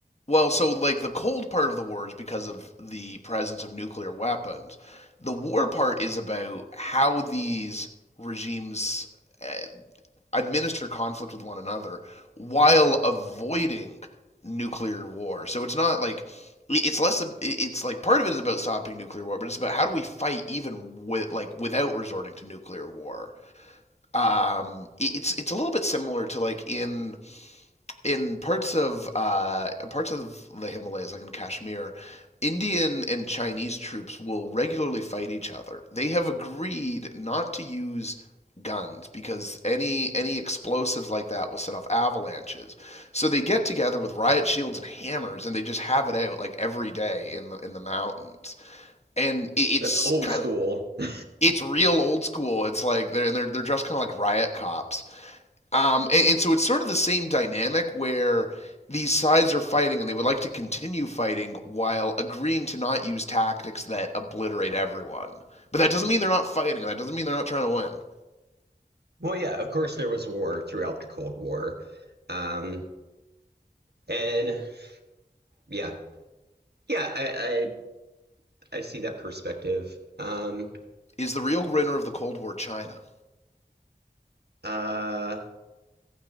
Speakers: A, on the left (about 40°); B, on the right (about 70°).
A: Well, so like the cold part of the war is because of the presence of nuclear weapons. The war part is about how these regimes uh, administer conflict with one another while avoiding nuclear war. So it's not like it's less it's like part of it is about stopping nuclear war, but it's about how do we fight even with like without resorting to nuclear war. Um, it's it's a little bit similar to like in in parts of uh, parts of the Himalayas, like in Kashmir, Indian and Chinese troops will regularly fight each other. They have agreed not to use guns because any any explosives like that will set off avalanches. So they get together with riot shields and hammers and they just have it out like every day in the in the mountains. And it, it's
B: That's old
A: kind
B: school.
A: of
B: <laughs>
A: it's real old school. It's like they're they're, they're dressed kind of like riot cops, um, and, and so it's sort of the same dynamic where these sides are fighting and they would like to continue fighting while agreeing to not use tactics that obliterate everyone. But that doesn't mean they're not fighting, that doesn't mean they're not trying to win.
B: Well, yeah, of course there was war throughout the Cold War, um, and yeah, yeah, I, I I see that perspective. Um,
A: Is the real winner of the Cold War China?
B: uh,